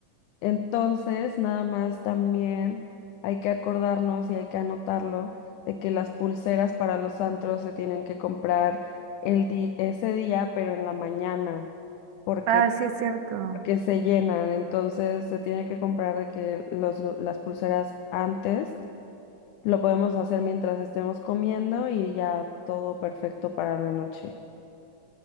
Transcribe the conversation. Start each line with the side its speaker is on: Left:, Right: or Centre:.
Left: Entonces, nada más también hay que acordarnos y hay que anotarlo de que las pulseras para los antros se tienen que comprar el di- ese día, pero en la mañana, porque,
Right: Ah, sí es cierto.
Left: porque se llenan. Entonces, se tiene que comprar de que los, lu- las pulseras antes lo podemos hacer mientras estemos comiendo y ya todo perfecto para la noche.